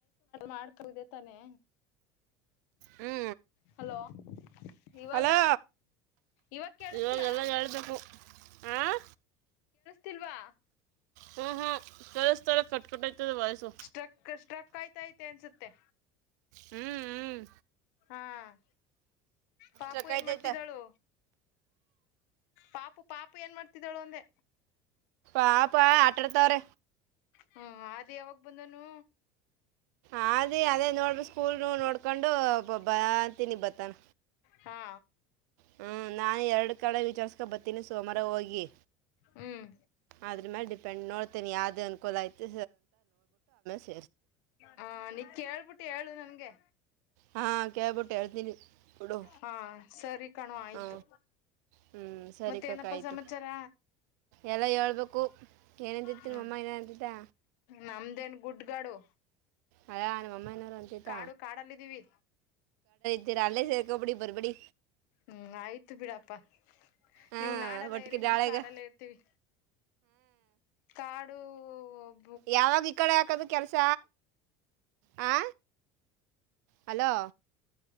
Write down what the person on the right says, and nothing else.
ಹ್ಞೂ
ಹಲೋ
ಇವಾಗೆಲ್ಲ ಹೇಳ್ಬೇಕು ಹಾಂ
ಹ್ಮ್ ಹ್ಮ್ ಕೇಳಿಸ್ತಾ ಇಲ್ಲ ಕಟ್ ಕಟ್ ಆಯ್ತದೆ ವಾಯ್ಸು
ಹ್ಮ್ ಹ್ಮ್
ಸಾಕಾಯ್ತೈತ
ಪಾಪಾ ಆಟಡ್ತವ್ರ
ಅದ ಅದೇ ನೋಡ್ರಿ ಸ್ಕೂಲ್ ನೋಡ್ಕೊಂಡು ಬಾ ಅಂತಿನಿ ಬತನ
ಹ್ಮ್ ನಾನ ಎರಡು ಕಡೆ ವಿಚಾರ್ಸ್ಕೊಂಡ್ ಬತ್ತೀನಿ ಸೋಮವಾರ ಹೋಗಿ
ಅದ್ರ್ ಮೇಲ್ ಡಿಪೆಂಡ್ ನೋಡ್ತೀನಿ ಯಾವ್ದು ಅನುಕೂಲ ಆಯ್ತು <unintelligible> <unintelligible>
ಹಾ ಕೇಳ್ಬಿಟ್ಟು ಹೇಳ್ತೀನಿ ಬಿಡು
ಹಾ ಹ್ಮ್ ಸರಿ
ಕಕ
ಆಯ್ತು
ಎಲ್ಲ ಹೇಳ್ಬೇಕು ಏನಂತಿತ್ತು
ನಿಮ್ಮಮ್ಮ ಏನಾ ಅಂತಿತ್ತ
ಅಲ್ಲ ನಮ್ಮಮ್ಮ ಏನಾರು ಅಂತಿದ್ದ
ಸರಿ ಅಲ್ಲೇ ಸೇರ್ಕೊಬಿಡಿ ಬರ್ಬೇಡಿ.
ಹಾಂ
ಒಟ್ಟಿಗೆ
ನಾಳೆಗೆ
ಯಾವಾಗ್ ಈ ಕಡೆ ಹಾಕೋದು ಕೆಲ್ಸ? ಹಾ ಹಲೋ